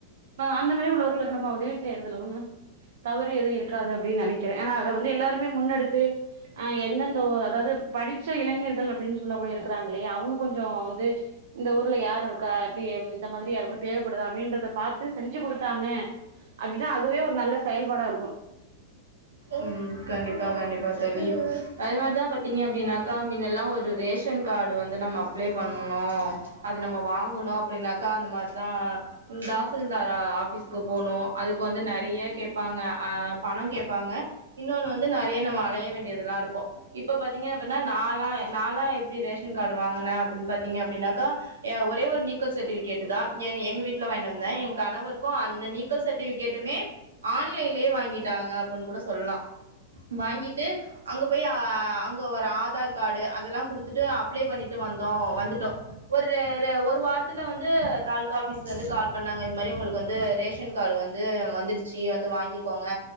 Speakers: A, on the right (about 70°); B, on the right (about 90°).
A: அந்த மாரி உள்ளவர்களுக்கு நம்ம உதவி செய்யறதுஒன்னு தவறு எது இருக்காது அப்டின் நெனைக்கிறே ஏனா அத வந்து எல்லாருமே முன்னெடுத்து அ எந்தெந்த அதாவுது படிச்ச இளைஞர்கள் அப்டின்னு சொல்ல கூடிய இருக்கிறாங்க இல்லியா அவ்ங்க கொஞ்சோ வந்து இந்த ஊர்ல யாருருக்கா அப்டி இந்த மாதிரி யாருக்கு தேவைப்படுதா அப்படின்றத பாத்து செஞ்சு குடுத்தாங்க அப்டின்னா அதுவே ஒரு நல்ல செயல்பாடா இருக்கு
B: ம் கண்டிப்பா கண்டிப்பா தொலி அதே மாரிதா பாத்தீங்க அப்டின்னாக்கா மின்னல்லா ஒரு ரேஷன் காடு வந்து நம்ம அப்ளே பண்ணணு அத நம்ம வாங்கணு அப்டின்னாக்கா அந்த மார்தா தாசில்தார் ஆபிஸ்க்கு போனு அதுக்கு வந்து நெறைய கேப்பாங்க அ பணோ கேப் ப்பாங்க இன்னொன்னு வந்து நிறைய நம்ம அலைய வேண்டியதெல்லா இருக்கு இப்ப பாத்தீங்க அப்டின்னா நாலா நாலா எப்டி ரேஷன் காடு வாங்குன அப்டின்னு பாத்தீங்க அப்டின்னாக்கா ஏ ஒரே ஒரு நீக்கல் சர்டிபிகேடு தா எங்க வீட்ல வாங்கினு வந்தே எங்க கணவருக்கு அந்த நீக் கல் சடுபிகேட்டுமே ஆன்லைன்லயே வாங்கிட்டாங்க அப்டின் கூட சொல்லா வாங்கிட்டு அங்க போயி அ அங்க ஒரு ஆதார் காடு அதெல்லா குடுத்துட்டு அப்ளே பண்ணிட்டு வந்தோ வந்துட்டோ ஒர்ரு ஒரு வாரத்துல வந்து தாலுா ஆபிஸ்ல இந்து கால் பண்ணாங்க இது மாரி உங்களுக்கு வந்து ரேஷன் காடு வந்து வந்துடுச்சி வந்து வாங்கிக்கோங்க